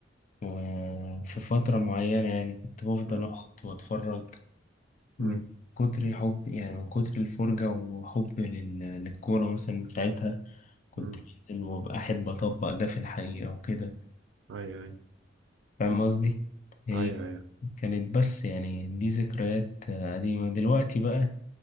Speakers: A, on the left; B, on the right.
A: وفي فترة معينة يعني كنت بفضل
B: مم.
A: أقعد وأتفرج من
B: مم.
A: كتر حب يعني من كتر الفرجة وحب لل- للكورة مثلا من ساعتها كنت
B: مم.
A: بنزل وأبقى أحب أطبق ده في الحقيقة وكده
B: ايوه ايوه
A: فاهم قصدي؟ هي
B: ايوه ايوه
A: كانت بس يعني دي ذكريات آه، قديمة دلوقتي بقى